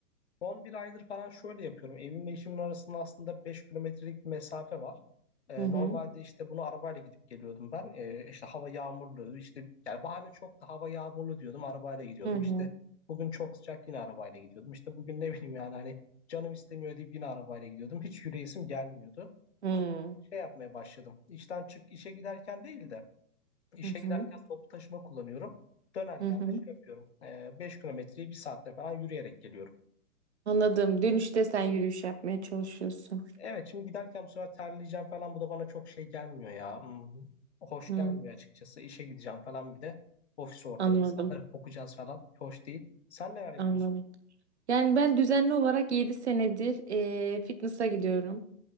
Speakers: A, on the left; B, on the right.
A: Son bir aydır falan şöyle yapıyorum. Evimle işimin arasında aslında 5 kilometrelik bir mesafe var. Ee,
B: Hı hı.
A: normalde işte bunu arabayla gidip geliyordum ben. Ee, işte hava yağmurlu, işte yani bahane çok da hava yağmurlu diyordum. Arabayla gidiyordum.
B: Hı hı.
A: İşte bugün çok sıcak yine arabayla gidiyordum. İşte bugün ne bileyim yani hani canım istemiyor deyip yine arabayla gidiyordum. Hiç yürüyesim gelmiyordu.
B: Hı
A: Ama şey yapmaya başladım. İşten çık işe giderken değil de işe
B: hı.
A: giderken toplu taşıma kullanıyorum. Dönerken
B: Hı hı.
A: de şey yapıyorum. Ee, 5 kilometreyi bir saatte falan yürüyerek geliyorum.
B: Anladım.
A: Ee,
B: Dönüşte sen yürüyüş yapmaya çalışıyorsun.
A: Evet şimdi giderken bu sefer terleyeceğim falan bu da bana çok şey gelmiyor ya. Hmm, Hoş
B: Hı.
A: gelmiyor açıkçası. İşe gideceğim falan bir de ofis ortamı
B: Anladım.
A: insanlara <laughs> kokacağız falan. Hoş değil. Sen neler yapıyorsun?
B: Anladım. Yani ben düzenli olarak 7 senedir eee fitness'a gidiyorum.